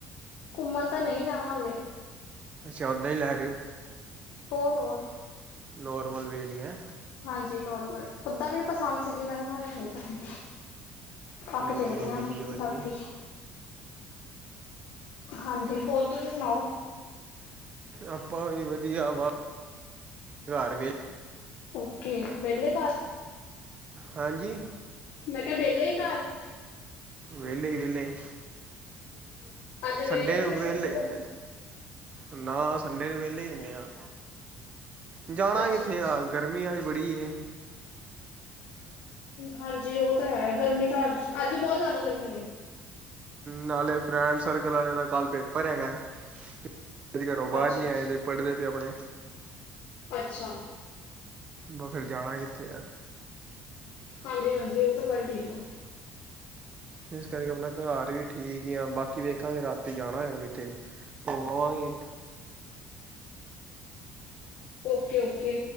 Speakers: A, on the left; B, on the right.
A: ਘੁੰਮਣ ਤਾਂ ਨਹੀਂ ਜਾਣਾ ਹਾਲੇ
B: ਅੱਛਾ ਉਦਾਂ ਹੀ ਲੈ ਰਹੇ ਹੋ
A: ਹੋਰ ਹੋਰ
B: ਨੋਰਮਲ ਵੇ ਦੀਆਂ
A: ਹਾਂਜੀ ਨੋਰਮਲ ਉਦਾਂ ਪਸੰਦ ਸੀਗੀ ਮੈਂ <unintelligible> ਥੱਕ
B: ਨਹੀਂ
A: ਦੇਖਦੇ
B: ਚਲੋ
A: ਹਾਂ
B: ਵਧੀਆ ਵਧੀਆ
A: ਬਾਕੀ ਹਾਂਜੀ ਹੋਰ ਤੁਸੀਂ ਸੁਣਾਓ
B: ਆਪਾਂ ਵੀ ਵਧੀਆ ਵਾ ਘਰ ਵੇ
A: ਓਕੇ ਵਹਲੇ ਘਰ
B: ਹਾਂਜੀ
A: ਮੈਂ ਕਿਹਾ ਵਿਹਲੇ ਘਰ?
B: ਵੇਲੇ ਹੀ ਵੇਲੇ।
A: <unintelligible>
B: ਸੰਡੇ
A: ਨੀ ਕਿਤੇ
B: ਉਹ ਵਲੇ-
A: ਘੁੰਮਣ
B: ਨਾ ਸੰਡੇ ਨੂੰ ਵਿਹਲੇ ਹੀ ਹੁੰਨੇ ਆ ਜਾਂਣਾ
A: ਅੱਛਾ
B: ਕਿੱਥੇ
A: ਅੱਛਾ
B: ਆ। ਗਰਮੀ ਅੱਜ ਬੜੀ ਏ।
A: ਹਾਂਜੀ ਉਹ ਤਾਂ ਹੈ ਗਰਮੀ ਤਾਂ ਅੱਜ ਅੱਜ ਬਹੁਤ ਜ਼ਿਆਦਾ ਗਰਮੀ ਹੈ।
B: ਨਾਲੇ ਫਰੈਂਡ ਸਰਕਲ ਵਾਲਿਆ ਦਾ ਕੱਲ ਪੇਪਰ ਹੈਗਾ। ਅੱਜ ਘਰੋਂ ਬਾਹਰ
A: ਅੱਛਾ
B: ਨੀ
A: ਅੱਛਾ
B: ਆਏ ਦੇ ਪੜ੍ਹਦੇ ਪਏ ਆਪਣੇ
A: ਅੱਛਾ।
B: ਬਸ ਫਿਰ ਜਾਣਾ ਕਿੱਥੇ ਆ।
A: ਹਾਂਜੀ ਹਾਂਜੀ ਉਹ ਤਾਂ ਗੱਲ ਠੀਕ ਆ।
B: ਇਸ ਕਰਕੇ ਆਪਣਾ ਘਰ ਹੀ ਠੀਕ ਆ ਬਾਕੀ ਵੇਖਾਂਗੇ ਰਾਤੀ ਜਾਣਾ ਹੋਏਗਾ ਕਿੱਥੇ। ਉਹ ਆਵਾਂਗੇ
A: ਓਕੇ। ਓਕੇ